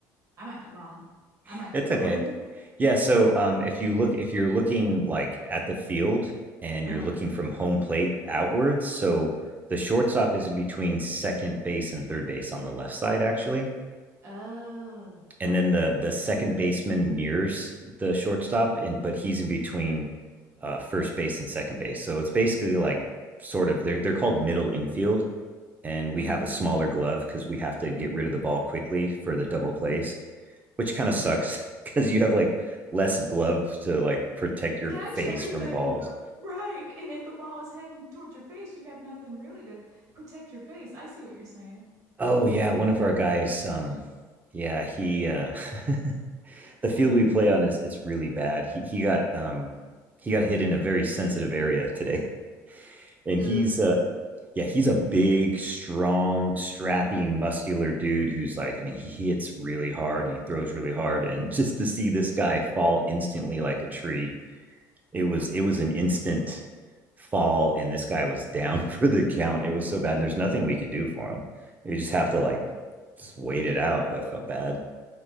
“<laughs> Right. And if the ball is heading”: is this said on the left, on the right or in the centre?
Right